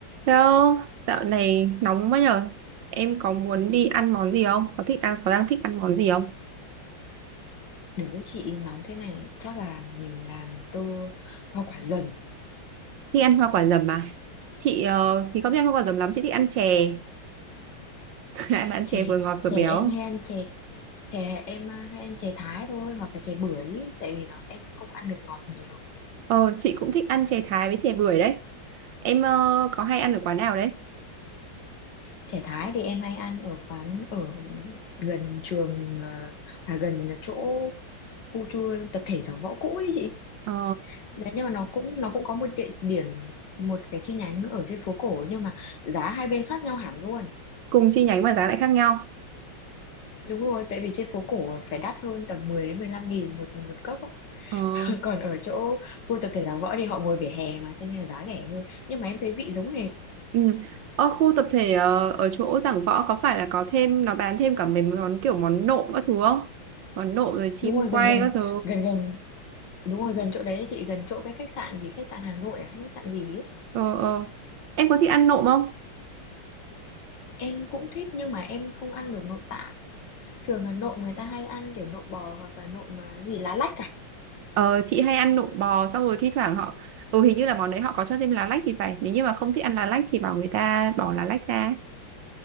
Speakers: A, on the right; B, on the left.
A: theo dạo này nóng quá nhở. Em có muốn đi ăn món gì không? Có thích đang có đang thích ăn món gì không?
B: Được với chị nóng thế này chắc là mình làm một tô hoa quả dầm
A: Thích ăn hoa quả dầm à? Chị ờ, thì không thích ăn hoa quả dầm lắm, chị thích ăn chè. <laughs> Lại ăn chè
B: chè
A: vừa ngọt vừa
B: chè
A: béo.
B: em hay ăn chè chè em à, hay ăn chè Thái thôi hoặc là chè bưởi tại vì nó em không ăn được ngọt nhiều
A: Ờ, chị cũng thích ăn chè Thái với chè bưởi đấy. Em ờ, có hay ăn ở quán nào đấy?
B: chè Thái thì em hay ăn ở quán ở gần trường à, à gần chỗ khu tour tập thể giảng võ cũ ấy chị
A: Ờ,
B: đấy nhưng mà nó cũng nó cũng có một địa điểm một cái chi nhánh ở trên phố cổ nhưng mà giá hai bên khác nhau hẳn luôn
A: cùng chi nhánh mà giá lại khác nhau.
B: Đúng rồi, tại vì trên phố cổ phải đắt hơn tầm 10 đến 15 nghìn một một cốc á.
A: Ờ,
B: <laughs> Còn ở chỗ khu tập thể Giảng Võ thì họ ngồi vỉa hè mà cho nên là giá rẻ hơn. Nhưng mà em thấy vị giống hệt.
A: ừ. Ở khu tập thể ờ, ở chỗ Giảng Võ có phải là có thêm nó bán thêm cả mấy món kiểu món nộm các thứ không? Món nộm rồi chim
B: Đúng rồi,
A: quay
B: gần gần
A: các thứ.
B: gần gần đúng rồi, gần chỗ đấy ấy chị gần chỗ cái khách sạn gì khách sạn Hà Nội à, khách sạn gì ấy.
A: Ờ, ờ. Em có thích ăn nộm không?
B: Em cũng thích nhưng mà em không ăn được nội tạng. Thường là nộm người ta hay ăn kiểu nộm bò hoặc là nộm à, gì lá lách cả.
A: Ờ, chị hay ăn nộm bò xong rồi thi thoảng họ ừ hình như là món đấy họ có cho thêm lá lách thì phải nếu như mà không thích ăn lá lách thì bảo người ta bỏ lá lách ra